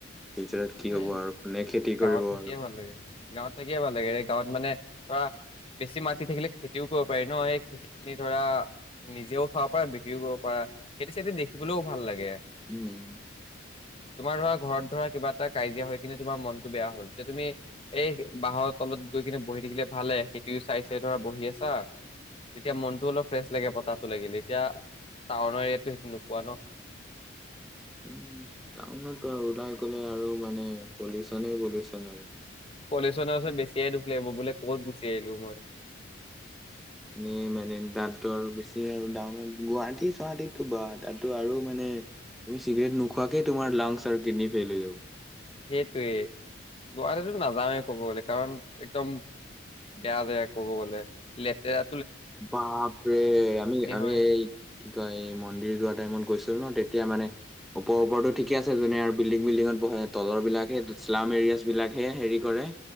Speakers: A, in the centre; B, on the left.
A: ফিউচাৰত কি
B: এ
A: হ'ব আৰু কোনে খেতি
B: গাঁৱত
A: কৰিব
B: থাকিয়ে
A: আৰু
B: ভাল লাগে গাঁৱত থাকিয়ে ভাল লাগে এই গাঁৱত মানে ধৰা বেছি মাটি থাকিলে খেতিও কৰিব পাৰি ন সেই খেতি খিনি ধৰা নিজেও খাব পাৰা বিক্ৰীও কৰিব পাৰা খেতি চেতি দেখিবলৈও ভাল লাগে
A: উম
B: তোমাৰ ধৰা ঘৰত ধৰা কিবা কাজিয়া হৈ কিনে তোমাৰ মনতটো বেয়া হ'ল এতিয়া তুমি এই বাহৰ তলত গৈ কিনে বহি থাকিলে ভালে সেইটো চাই চাই ধৰা বহি আছা তেতিয়া মনটো অলপ ফ্ৰেছ লাগে বতাহটো লাগিলে এতিয়া টাউনৰ এৰিয়াততো সেইটো নোপোৱা ন
A: উ টাউনততো আৰু ওলাই গ'লে আৰু মানে পলিউচনে পলিউচন আৰু
B: পলিউচনচন বেছিয়ে দুখ লাগিব বোলে গুচি আহিলো মই
A: এ মানে ডাক্তৰ বেছি আৰু ডান গুৱাহাটী চোৱাহাতী বা তাতো আৰু মানে তুমি চিগৰেট নোখোৱাকে তোমাৰ লাংচ আৰু কিডনী ফেইল হৈ যাব
B: সেইটোৱে গুৱাটীতটো নাযাওৱেই ক'ব গ'লে কাৰণ একদম বেয়া জাগা ক'ব গ'লে লেতেৰা
A: বাপৰে আমি আমি
B: হয়
A: এই কি কয় এই মন্দিৰ যোৱা টাইমত গৈছিলো ন তেতিয়া মানে ওপৰ ওপৰতো ঠিকে আছে যোনে আৰু বিল্ডিং বিল্ডিঙত বহে তলৰ বিলাকে শ্লাম এৰিয়াছ বিলাকহে হেৰি কৰে